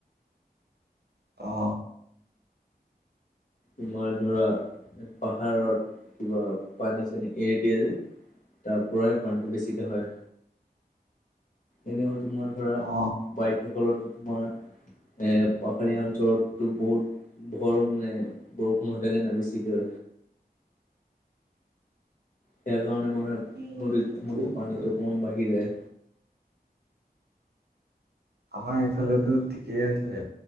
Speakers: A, on the right; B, on the left.
A: অ
B: তোমাৰ ধৰা পাহাৰত কিবা পানী চানী এৰি দিয়া যে তাৰ পৰাই পানীটো বেছিকে হয়
A: <inaudible>
B: এনেও তোমাৰ ধৰা
A: অ
B: বাইক সেইফালেতো তোমাৰ এ পাহাৰীয়া অঞ্চলতো বহুত ভৰ মানে বৰষুণ হৈ থাকে নাই বেছিকৈ। সেই কাৰণে মানে
A: উম
B: নদীত
A: সেইটো
B: মানে
A: হয়
B: পানীটো
A: বাৰু
B: অকমান বাঢ়ি যায়।
A: আমাৰ এইফালেতোত ঠিকেই আছে।